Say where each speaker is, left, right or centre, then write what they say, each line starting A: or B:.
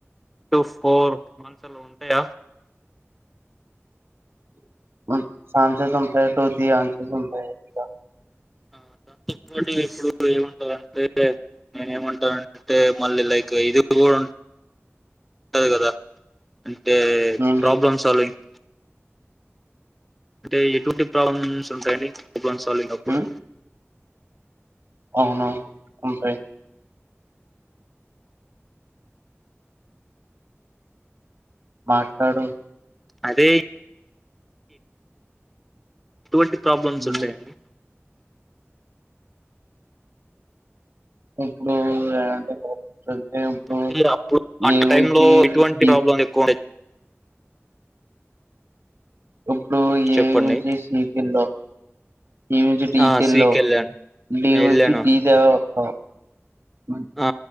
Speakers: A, in the centre; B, on the right.
A: టూ ఫోర్ ఆన్సర్లు ఉంటాయా.
B: <unintelligible> <unintelligible>
A: ఆ దాంతోపాటు ఇప్పుడు ఏమంటారంటే నేను ఏమంటానంటే మళ్ళీ లైక్ ఇది కూడా ఉ ఉంటంది కదా తే
B: ఏంటి
A: ప్రాబ్లమ్ సాల్వింగ్ అంటే ఎటువంటి ప్రాబ్లమ్స్ ఉంటాయి అండి. అన్ సాలింగ్ అప్పుడు
B: ఉమ్ అవును ఉంటాయి మాట్లాడు
A: అదే ఎటువంటి ప్రాబ్లమ్స్
B: ఉమ్
A: ఉంటాయండి.
B: ఇప్పుడు అంటే అంటే ఇప్పుడు
A: అంటే అప్పుడు అటు
B: ఏ నుంచి
A: టైమ్ లో ఎటువంటి
B: సి
A: ప్రాబ్లం ఎక్కువ ఉండవి
B: ఇప్పుడు
A: చెప్పండి
B: ఏ నుంచి సి కెళ్ళు ఈ నుంచి డి
A: ఆ
B: కెళ్ళు
A: సీకి వెళ్ళాను
B: డి
A: వెళ్ళాను
B: నుంచి బీ కావ్ ఆ హు
A: ఆ